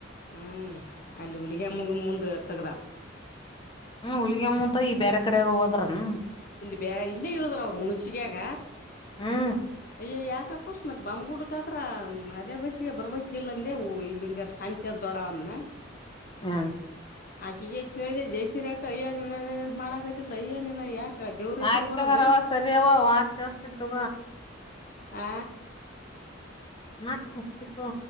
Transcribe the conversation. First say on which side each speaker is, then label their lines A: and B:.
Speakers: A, on the left; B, on the left.
A: ಹುಂ ಅಲ್ಲಿ ಹುಲಿಗೆಮ್ಮನ ಮುಂದ ತಗದಾಳ
B: ಹುಂ ಹುಲಿಗಮ್ಮನ ಈಗ ಬ್ಯಾರೆ ಕಡೆ ಹೋದ್ರನ
A: ಬಾ ಇಲ್ಲೇ ಇಳದರ ಅವರು ಹುಣಸಗಾಗ
B: ಹ
A: ಅಯ್ ಯಾಕಪ್ಪರ್ಸ್ ಮತ್ ಬಂಬ್ಗುಡ್ಕತ್ರ ಅದೇ ಬಸಿಗೆ ಬರ್ಬೇಕಕ್ ಇಲ್ಲ ಅಂದೆ ಇಲ್ಲಿಂದ ಜ ಸಂಜ. ದೊಡವ್ವ ಅಂದ
B: ಹ್ಮ್.
A: ಆಕಿ ಈ ಕೇಳಿದೆ ಜೈಸೀರ ಯಾಕಯ್ಯ ಮಾಡಕತಿಲ್ಲಯ್ಯನನ ಯಾಕ. ದೇವ್ರ ಹೆಸರು
B: ಆಯ್ತ್
A: ಬರಲ್ದೇನ್
B: ತಗರವ ಸರಿವ ತಸ್ತಿ ತತೋ
A: ಆ.
B: ಮತ್ತೆ ಆಚಟಿನಿ ತೊಗೊ